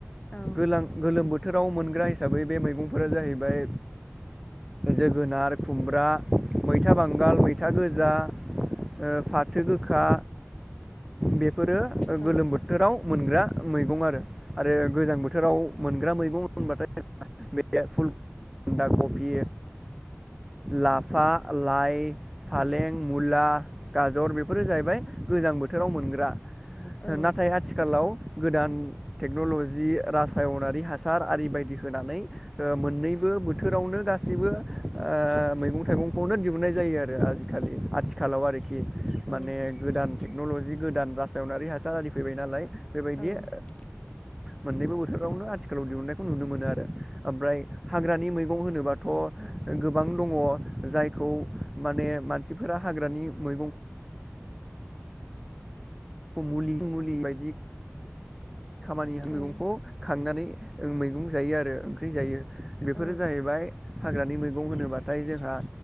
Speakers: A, on the left (about 25°); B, in the centre.
A: औ
B: गोलां गोलोम बोथोराव मोग्रा हिसाब दा बै बे मैगंफोरा जाहैबाय जोगोनार खुमब्रा मैथा बां गाल मैथा गोजा ओ फाथो गोखा बेफोरो
A: औ
B: गोलोम बोथोराव मोनग्रा मैगं आरो आरो गोजां बोथ थोराव मोनग्रा मैगं होनबाथाय बे फुल बान्दा कबि लाफा लाइ फालें मुला गाजर बेफोरो जाहैबाय गोजां बोथोराव मोनग्रा
A: औ
B: हो नाथाय आथिखालाव गोदान टेक्न'ल'जि रासायनारि हासार आरि बायदि होनानै मोननै बो बोथोरावनो गासिबो ओ मैगं थाइगंखौनो दिहुननाय जायो आरो। नो आजिखालि आथिखालाव आरोखि
A: औ
B: माने गोदान टे क्न'ल'जि गोदान रासायनारि हासार आरारि फैबाय नालाय बेबायदि
A: औ
B: ओ मोननैबो बोथोरावनो आथिखालाव दिहुननायखौ नुनो मोनो आरो ओमप्राय हाग्रानि मैगं होनोबाथ' गोबां दङ जायखौ माने मानसिफोरा हाग्रानि मैगं <inaudible>
A: <inaudible>
B: मुलि मुलि बायदि खामानि मैगंखौ
A: औ
B: खांनानै मैगं जायो आरो ओंख्रि जायो बेफोरो
A: औ
B: जाहैबाय। हाग्रानि मैगं होनोब्लाथाय जोंहा